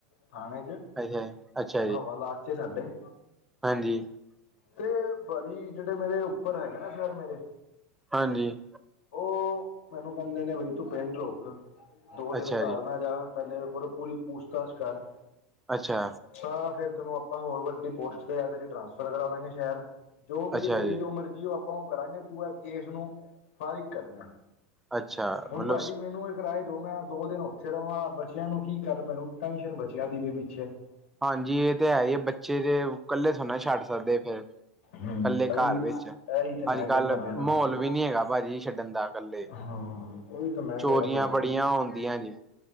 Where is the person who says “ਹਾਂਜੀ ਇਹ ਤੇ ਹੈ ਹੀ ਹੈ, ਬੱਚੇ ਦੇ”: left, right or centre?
Centre